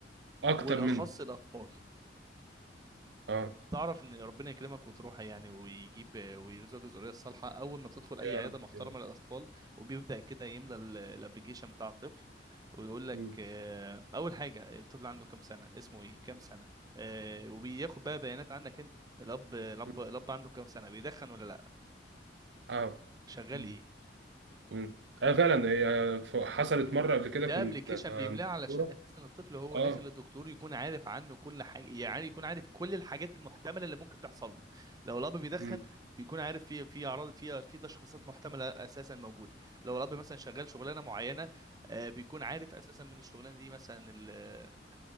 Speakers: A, on the right (about 70°); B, on the right (about 20°).
A: اكتر
B: والاخص
A: منه
B: الاطفال
A: اه
B: تعرف ان ربنا يكرمك وتروح يعني ويجيب ويرزقك الذريه الصالحه اول ما بتدخل اي
A: يا
B: عياده
A: رب
B: محترمه
A: يا رب
B: للاطفال وبيبدا كده يملى الابلكيشن بتاع الطفل ويقول لك
A: مم.
B: آه، اول حاجه الطفل عنده كام سنه اسمه ايه كام سنه آه، وبياخد بقى بيانات عنك انت الاب الاب
A: مم.
B: الاب عنده كام سنه بيدخن ولا لا
A: اه
B: شغال
A: مم.
B: ايه
A: مم. اه فعلا هي ف- حصلت مره قبل كده
B: ده
A: كنا
B: ابلكيشن بيملاه علشان
A: كورة
B: اساسا الطفل هو
A: اه
B: داخل للدكتور يكون عارف عنه كل حاجه يعني يكون عارف كل الحاجات المحتمله اللي ممكن تحصل له لو الاب بيدخن
A: مم.
B: بيكون عارف في في اعراض في في تشخيصات محتمله اساسا موجوده لو الاب مثلا شغال شغلانه معينه آه، بيكون عارف اساسا من الشغلانه دي مثلا ال-